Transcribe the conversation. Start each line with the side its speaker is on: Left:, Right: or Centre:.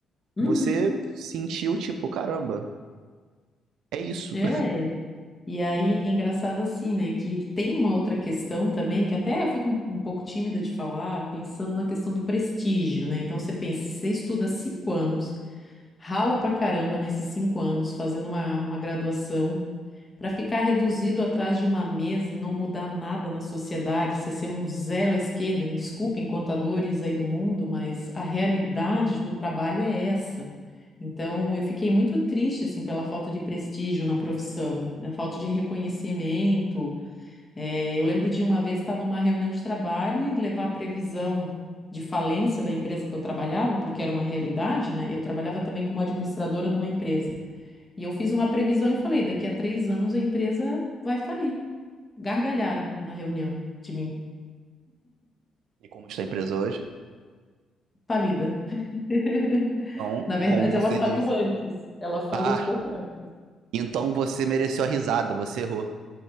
Left: Uhum.
Right: Você sentiu tipo, caramba, é isso.
Left: É. é. E aí, é engraçado assim, né? Que tem uma outra questão também, que até eu fico um, um pouco tímida de falar, pensando na questão do prestígio, né? Então você pensa, se você estuda cinco anos, rala pra caramba nesses cinco anos, fazendo uma, uma graduação. Para ficar reduzido atrás de uma mesa e não mudar nada na sociedade, ser ser um zero à esquerda, me desculpem, contadores aí do mundo, mas a realidade do trabalho é essa. Então, eu fiquei muito triste assim pela falta de prestígio na profissão, a falta de reconhecimento. Eh, eu lembro de uma vez estar numa reunião de trabalho e levar a previsão de falência da empresa que eu trabalhava, porque era uma realidade, né? Eu trabalhava também como administradora numa empresa. E eu fiz uma previsão e falei: daqui a três anos a empresa vai falir. Gargalharam na reunião de mim,
Right: E como está a empresa hoje?
Left: falida. <laughs>
Right: Então,
Left: Na verdade,
Right: como você
Left: ela faliu
Right: disse,
Left: antes. Ela faliu
Right: ah,
Left: um pouco antes.
Right: então você mereceu a risada, você errou.